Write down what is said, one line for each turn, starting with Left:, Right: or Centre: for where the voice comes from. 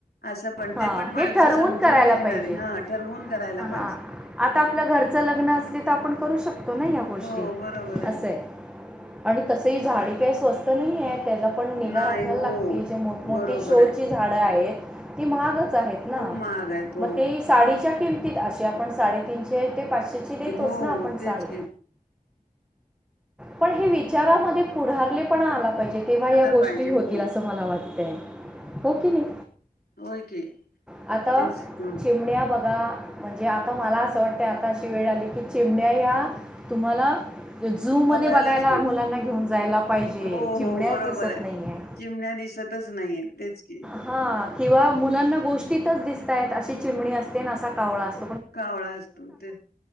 Left: असं पण
Centre: ह
Left: ते पण माणसं
Centre: हे ठरवून
Left: समजून
Centre: करायला
Left: घेणारी
Centre: पाहिजे.
Left: हा ठरवून करायला
Centre: हं.
Left: पाहिजे.
Centre: आता आपल्या घरच लग्न अस आपण करू शकतो ना. या गोष्टी
Left: हो बरोबर आहे.
Centre: असं आणि तस झाडे स्व स्त नाही यं त्याला पण निगा
Left: नाही
Centre: राखायला
Left: हो
Centre: लागती जे मोठमोठी
Left: बरोबर
Centre: शोची
Left: आहे.
Centre: झाडं आहेत. ती महागच आहेत
Left: खूप
Centre: ना.
Left: महाग आहेत हो.
Centre: मग ते साडीच्या किम -- ती अशी आपण साडेतीनशे ते पाचशेची देतोच
Left: हो
Centre: ना आपण
Left: तेच
Centre: साडी.
Left: की
Centre: पण हे विचारामध्ये पुढारले पण आला पाहिजे, तेव्हा या
Left: आला
Centre: गोष्टी
Left: पाहिजे
Centre: होतील
Left: हो.
Centre: असं मला वाटतय. हो की नाही.
Left: होय की
Centre: आता
Left: तेच ह
Centre: चिमण्या बघा. म्हणजे आता मला असं वाटत. आता अशी वेळ आली की चेमन्या या तुम्हाला जू मध्ये
Left: बघायलाच
Centre: बघायला
Left: मिळ
Centre: मुलांना घेऊन जायला पाहिजे.
Left: हो
Centre: चिमण्यास
Left: हो बरोबर
Centre: दिसत
Left: आहे
Centre: नाहीयं.
Left: चिमण्या दिसतच नाहीय तेच की
Centre: हां किंवा मुलांना गोष्टीतच दिसताय अशी चिमणी असते असा कावळा अस
Left: कावळा असतो ते